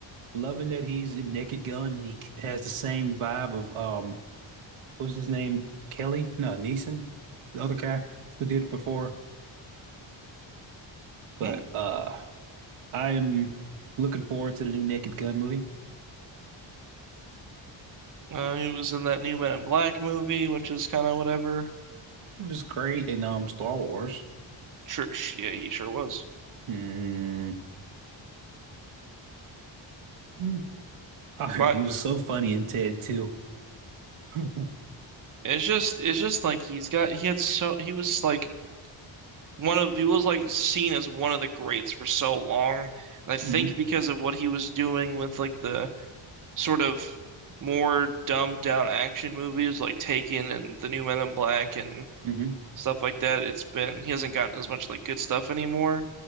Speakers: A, on the right; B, on the right.
A: Loving that he's in Naked Gun and he has the same vibe of um, what's his name? Kelly? No, Neeson, the other guy who did it before. But
B: hmm,
A: uh, I am looking forward to the new Naked Gun movie.
B: uh, he was in that new Men in Black movie, which is kind of whatever.
A: He was great in um Star Wars.
B: Sure, sh- yeah, he sure was.
A: Hmm. Hmm. <laughs>
B: But
A: he was so funny in Ted too. <laughs>
B: it's just, it's just like he's got, he had so, he was like one of he was like seen as one of the greats for so long. And I think
A: hmm
B: because of what he was doing with like the sort of more dumbed down action movies like Taken and The New Men in Black and
A: hmm
B: stuff like that, it's been he hasn't gotten as much like good stuff anymore.